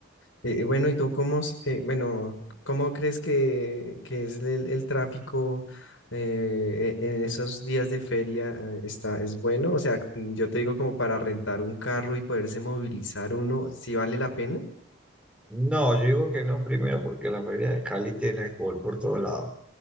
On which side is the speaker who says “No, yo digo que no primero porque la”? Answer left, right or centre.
Centre